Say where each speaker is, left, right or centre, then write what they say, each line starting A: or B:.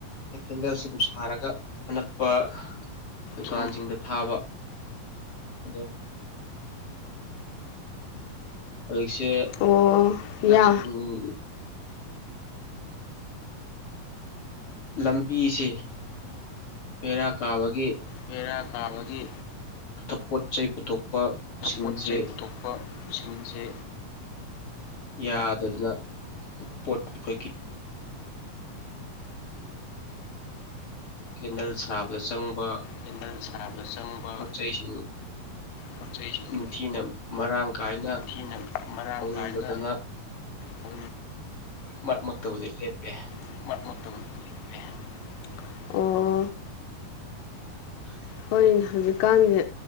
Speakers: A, on the left; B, on the left.
A: ꯑꯦꯗꯟ ꯁꯨꯝ ꯁꯥꯔꯒ ꯑꯅꯛꯄ ꯗꯨꯀꯥꯟꯁꯤꯡꯗ
B: ꯁꯨꯝ
A: ꯊꯥꯕ ꯑꯗꯣ ꯍꯧꯖꯤꯁꯦ
B: ꯑꯣ ꯌꯥ
A: ꯎꯝ ꯂꯝꯕꯤꯁꯦ ꯕꯦꯔꯥ ꯀꯥꯕꯒꯤ
B: ꯕꯦꯔꯥ ꯀꯥꯕꯒꯤ
A: ꯑꯇꯩ ꯄꯣꯠ ꯆꯩ ꯄꯨꯊꯣꯛꯄ ꯄꯨꯁꯤꯟꯁꯦ
B: ꯄꯣꯠ ꯆꯩ ꯄꯨꯊꯣꯛꯄ ꯁꯤꯒꯨꯝꯕꯁꯦ
A: ꯌꯥꯗꯗꯅ ꯄꯣꯠ ꯑꯩꯈꯣꯏꯒꯤ ꯀꯦꯟꯗꯜ ꯁꯥꯕꯗ ꯆꯪꯕ
B: ꯀꯦꯟꯗꯜ ꯁꯥꯕ ꯆꯪꯕ
A: ꯄꯣꯠ ꯆꯩꯁꯤꯡ
B: ꯄꯣꯠ ꯆꯩꯁꯤꯡ
A: ꯅꯤꯡꯊꯤꯅ ꯃꯔꯥꯡ ꯀꯥꯏꯅ
B: ꯅꯤꯡꯊꯤꯅ ꯃꯔꯥꯡ
A: ꯐꯪꯗꯗꯅ
B: ꯀꯥꯏꯅ <unintelligible> ꯎꯝ
A: ꯃꯔꯛ ꯃꯔꯛꯇꯕꯨꯗꯤ ꯂꯦꯞꯄꯦ
B: <unintelligible> ꯑꯣ <unintelligible>
A: ꯎ <unintelligible>
B: ꯍꯣꯢꯅꯦ ꯍꯧꯖꯤꯛꯀꯥꯟꯁꯦ